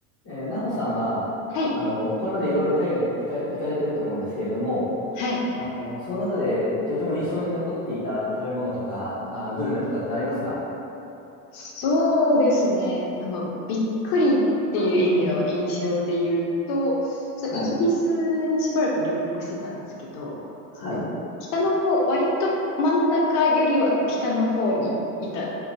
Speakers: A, on the left (about 45°); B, on the left (about 75°).
A: えー、なほさんは、
B: はい。
A: あの、これまでいろいろ海外行かれ、行かれてると思うんですけれども、
B: はい。
A: あの、その中でとても印象に残っていた食べ物とか、あー、グルメとかってありますか
B: そうですね。あの、びっくりっていう意味の印象で言うと、そう、
A: はい、
B: イギリスにしばらく留学してたんですけど、
A: はい、
B: その、北の方、割と真ん中よりは北の方にいた